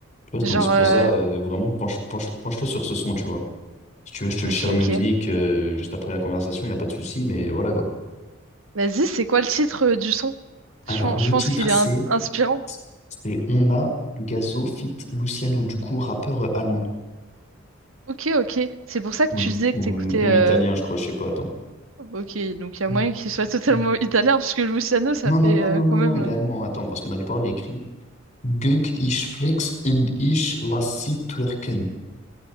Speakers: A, on the left; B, on the right.
A: Tu vois,
B: Genre,
A: donc c'est pour
B: euh,
A: ça, euh, vraiment, penche, penche, penche-toi sur ce son, tu vois. Si tu veux, je te
B: ok,
A: le share music
B: ok.
A: euh, juste après la conversation, il n'y a pas de souci, mais voilà quoi.
B: Vas-y, c'est quoi le titre euh, du son?
A: Alors,
B: Je, pense-
A: le
B: je pense
A: titre,
B: qu'il est
A: c'est
B: in- inspirant.
A: c'est On a Gazo feat. Luciano, du coup, rappeur euh, allemand.
B: Ok, ok. C'est pour ça que
A: Ou,
B: tu
A: it-
B: disais
A: ou,
B: que t'écoutais.
A: ou
B: euh,
A: italien, je crois, je sais pas, attends.
B: Ok, donc il y a
A: Mm,
B: moyen qu'il soit totalement
A: mm.
B: italien, parce que Luciano, ça
A: Non,
B: fait
A: non, non,
B: euh,
A: non, non,
B: quand
A: non,
B: même...
A: il
B: euh,
A: est allemand, attends, parce que dans les paroles, il y a écrit Gunk ich flex und ich lass sie twerken.